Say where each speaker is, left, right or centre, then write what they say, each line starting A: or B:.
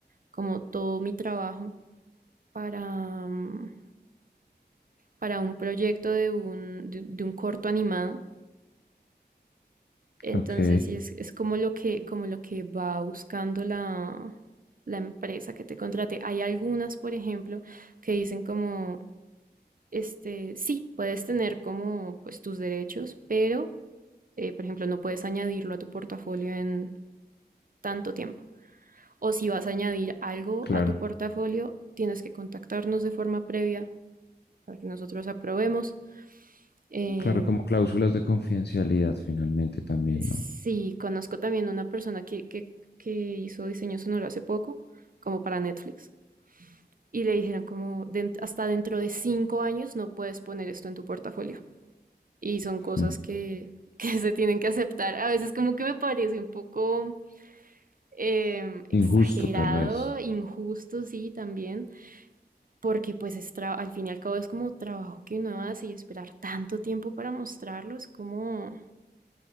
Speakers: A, on the right; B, on the left.
A: como todo mi trabajo para, mm, para un proyecto de un, de, de un corto animado. Entonces,
B: Ok,
A: sí, es, es como lo que, como lo que va buscando la, la empresa que te contrate. Hay algunas, por ejemplo, que dicen como, este, sí, puedes tener como pues tus derechos, pero, eh, por ejemplo, no puedes añadirlo a tu portafolio en tanto tiempo. O si vas a añadir algo
B: claro.
A: a tu portafolio, tienes que contactarnos de forma previa para que nosotros aprobemos. Eh,
B: Claro, como cláusulas de confidencialidad finalmente también,
A: sí,
B: ¿no?
A: conozco también una persona que, que, que hizo diseño sonoro hace poco, como para Netflix, y le dijeron como "Den- hasta dentro de cinco años no puedes poner esto en tu portafolio. Y son cosas
B: Mm.
A: que, que <laughs> se tienen que aceptar. A veces como que me parece un poco em, exagerado,
B: Injusto tal vez.
A: injusto, sí, también, porque pues es tra- al fin y al cabo es como trabajo que uno hace y esperar tanto tiempo para mostrarlo, es como...